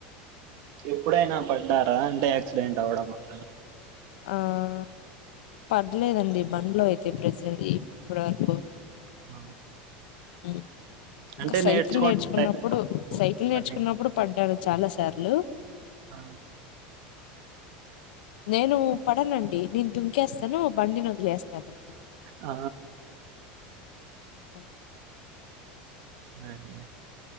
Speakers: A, on the right; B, on the left.
A: ఎప్పుడైనా పడ్డారా అంటే యా క్సిడెంట్వడం అట్లా
B: ఆ పడ్లేదండి బండ్లో అయితే ప్రజె ఇప్పటి వరకు
A: ఆ
B: ఉమ్ ఇంకా
A: అంటే
B: సైకిల్
A: నేర్చుకోండి
B: నేర్చుకున్నప్పుడు,
A: ఆ
B: సైకిల్ నేర్చుకున్నప్పుడు
A: అండి
B: పడ్డాను చాలా సార్లు
A: ఆ
B: నేను పడనండి నేను దుంకేస్తాను బండినొదిలేస్తానండి
A: ఆ
B: అ
A: అదే